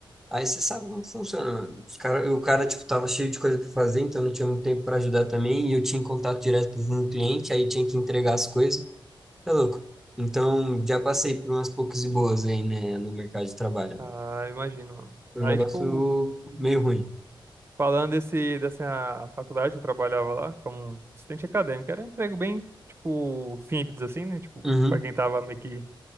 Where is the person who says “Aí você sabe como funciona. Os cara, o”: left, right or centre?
Centre